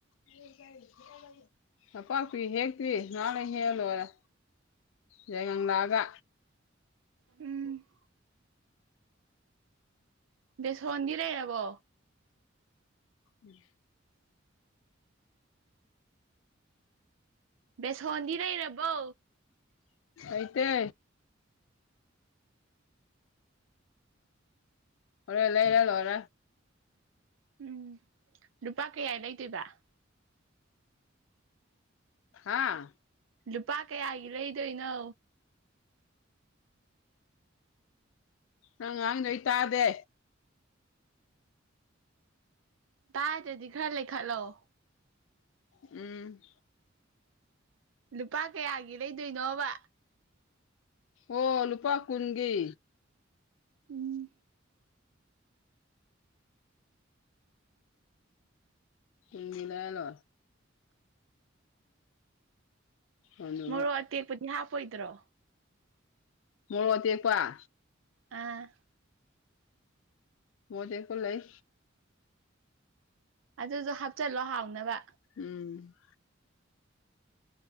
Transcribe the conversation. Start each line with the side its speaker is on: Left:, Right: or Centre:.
Left: ꯀ ꯀꯥꯏ ꯅꯄꯥꯛꯄꯤ ꯍꯦꯛꯇ꯭ꯔꯤ ꯅꯍꯥꯟꯅ ꯍꯦꯜ ꯂꯣꯏꯔꯦ ꯌꯥꯏꯉ ꯂꯛꯑꯒ
Right: ꯎꯝ ꯗꯦꯁꯣꯟꯕꯤꯔꯛꯦꯕꯣ
Left: ꯎꯝ
Right: ꯕꯦꯁꯣꯟꯗꯤ ꯂꯩꯔꯕꯣ
Left: ꯑ ꯇ ꯑꯣꯔ ꯂꯩ ꯂ ꯂ ꯍꯔ
Right: ꯎꯝ ꯂꯨꯄꯥ ꯀꯌꯥ ꯂꯩꯗꯣꯏꯕ
Left: ꯍꯥꯥ
Right: ꯂꯨꯄꯥ ꯀꯌꯥꯒꯤ ꯂꯩꯗꯣꯏꯅꯣ
Left: ꯅꯪ ꯉꯥꯡ ꯅꯣꯏ ꯇꯥꯗꯦ
Right: ꯇꯥꯏꯗ꯭ꯔꯗꯤ ꯈꯔ ꯂꯩꯈꯠꯂꯣꯑꯣ
Left: ꯎꯝ
Right: ꯂꯨꯄꯥ ꯀꯌꯥꯒꯤ ꯂꯩꯗꯣꯏꯅꯣꯕ
Left: ꯑꯣ ꯂꯨꯄꯥ ꯀꯨꯟꯒꯤ
Right: ꯎꯝ
Left: ꯎꯝꯅꯅꯣ ꯑꯗꯨꯒ
Right: ꯃꯣꯔꯣꯛ ꯑꯇꯦꯛꯄꯗꯤ ꯍꯥꯞꯄꯣꯏꯗ꯭ꯔꯣ
Left: ꯃꯣꯔꯇꯀꯋꯥ
Right: ꯑ
Left: ꯃꯖꯦꯀ ꯂꯩ
Right: ꯑꯗꯨꯁꯨ ꯍꯥꯞꯆꯤꯜꯂꯣ ꯍꯥꯎꯅꯕ
Left: ꯎꯝ